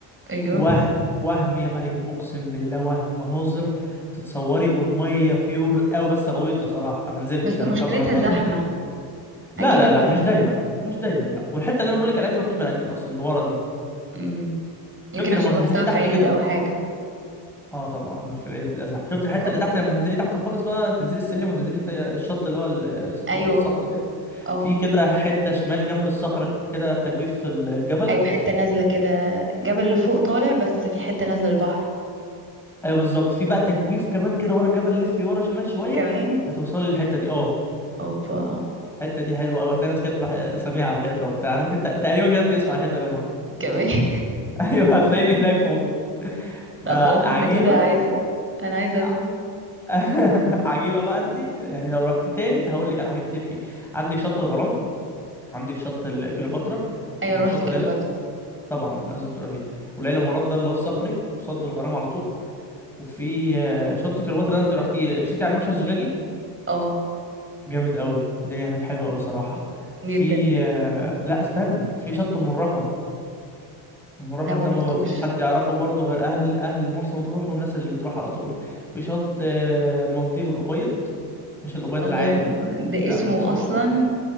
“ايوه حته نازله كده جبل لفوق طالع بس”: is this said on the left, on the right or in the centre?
Right